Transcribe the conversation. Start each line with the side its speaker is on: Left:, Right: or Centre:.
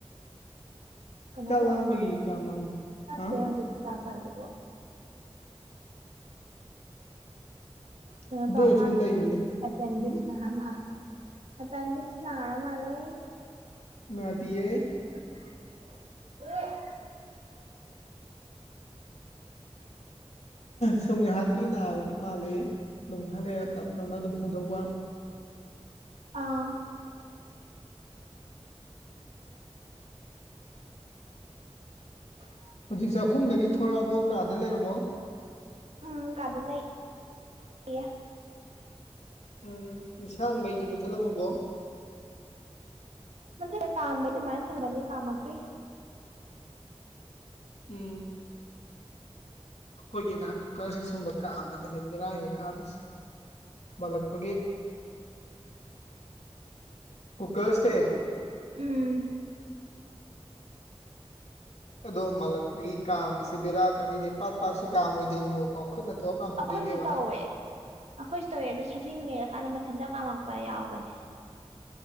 Right: ꯀꯩꯅꯣ
Left: ꯆꯥꯛ
Right: ꯇꯧꯔ
Left: ꯂꯥꯝꯕꯒꯤ
Right: ꯃꯥꯜꯂꯦ
Left: ꯀꯥ ꯃꯥꯟ
Right: ꯅꯠꯇꯦ
Left: ꯍꯥ
Right: ꯍꯧꯖꯤꯛ ꯆꯥꯛ ꯆꯥꯏꯗꯨꯕꯣ ꯀꯩꯅꯣ
Left: ꯑꯗꯨ
Right: ꯇꯧꯔ
Left: ꯑꯣꯏꯔꯁꯨ
Right: ꯃꯥꯂꯦ
Left: ꯂꯩꯕꯅꯦ
Right: ꯑꯄꯦꯟꯗꯤꯛꯁ
Left: ꯎꯝ
Right: ꯅꯍꯥꯟ ꯅꯍꯥꯟ ꯑꯦꯄꯦꯟꯗꯤꯛꯁ ꯅꯥꯔ ꯃꯥꯜꯂꯦ
Left: ꯅꯥꯗꯤꯌꯦ
Right: <unintelligible>
Left: ꯁꯨꯝ ꯉꯥꯏꯍꯥꯛꯀꯤ ꯅꯥꯕꯗꯨ ꯃꯥꯜꯂꯦ ꯑꯗꯨꯝ ꯉꯍꯥꯛ ꯂꯩꯔ ꯇꯞꯅ ꯇꯞꯅ ꯑꯗꯨꯝ ꯐꯗꯧꯕ
Right: ꯑꯥ <unintelligible>
Left: ꯍꯧꯖꯤꯛ ꯆꯥꯛꯈꯨꯝꯗꯒꯤ ꯊꯣꯔꯛꯑꯕꯣ ꯀꯥꯗ ꯂꯩꯔꯕꯣ
Right: ꯎꯝ ꯀꯥꯗ ꯂꯩ ꯌꯦ
Left: ꯎꯝ ꯏꯟꯁꯥꯡ ꯃꯩꯗꯤ ꯃꯨꯠꯊꯠꯂꯝꯃꯕꯣ
Right: ꯃꯨꯊꯠ ꯀꯥꯝꯕꯩ ꯑꯗꯨꯃꯥꯏꯅ ꯊꯝꯕꯅꯤ ꯀꯥꯝꯃꯛꯇꯦ
Left: ꯎꯝ ꯑꯩꯈꯣꯏꯒꯤꯅ ꯀꯨꯀꯔꯁꯤ ꯁꯨꯝꯕ ꯀꯥꯝꯕꯗꯅꯤ ꯕꯦꯔꯥ ꯍꯦꯛ ꯍꯦꯛ ꯀꯥꯕꯁꯤ ꯃꯜꯂꯛꯄꯒꯤ ꯀꯨꯀꯔꯁꯦ
Right: ꯎꯝ
Left: ꯑꯗꯣ ꯃꯜꯂꯛ ꯈꯣꯏꯒꯤ ꯀꯥꯝꯕꯁꯤ ꯕꯦꯔꯥ ꯀꯗꯨꯏꯅꯦ ꯄꯥꯛ ꯄꯥꯛꯁꯨ ꯀꯥꯝ ꯑꯣꯏꯗꯣꯏꯅꯦꯕꯀꯣ ꯈꯨꯠꯅꯒ ꯇꯧꯔꯒ ꯀꯥꯝꯍꯟꯗꯣꯏꯅꯦꯕ
Right: ꯑꯩꯈꯣꯏꯁꯨ ꯇꯧꯋꯦ ꯑꯩꯈꯣꯏꯁꯨ ꯇꯧꯋꯦ ꯑꯗꯣ ꯁꯖꯤꯡ ꯂꯩꯔꯀꯥꯟꯗ ꯃꯊꯟꯇ ꯀꯥꯝꯃꯛꯄ ꯌꯥꯎꯕꯅꯦ